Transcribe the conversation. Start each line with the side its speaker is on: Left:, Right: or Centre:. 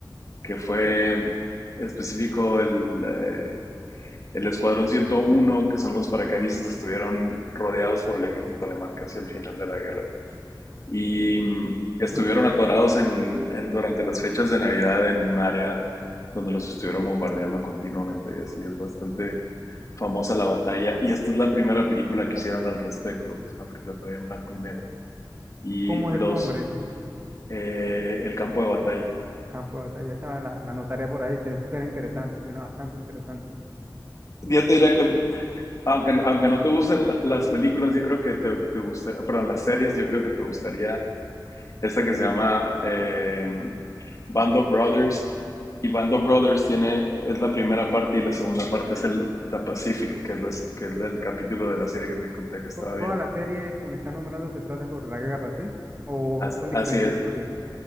Left: que fue en específico el, eh, el Escuadrón ciento uno, que son los paracaidistas, estuvieron rodeados por el ejército alemán casi al final de la guerra. y estuvieron
Right: ajá.
Left: atorados en, en- durante las fechas de Navidad en un área donde los estuvieron bombardeando continuamente y así es bastante famosa la batalla y esta es la primera película que hicieron al respecto, es una película todavía en blanco y negro y
Right: ¿Cómo es
Left: los
Right: el nombre?
Left: eh, el campo de batalla.
Right: Campo de batalla, esa la, la anotaré por ahí, se- suena interesante, suena bastante interesante.
Left: Yo te diría que aunque, aunque no te gusten las películas, yo creo que te, te gusta- perdón, las series, yo creo que te gustaría esta que se llama eh, Band of Brothers. Y Band of Brothers tiene, es la primera parte y la segunda parte es el The Pacific, que es, las- que es el capítulo de la serie que te conté que estaba
Right: To-
Left: viendo.
Right: toda la serie que me está nombrando se trata sobre la guerra, ¿sí? ¿O
Left: As-
Right: son diferentes
Left: Así, es.
Right: historias?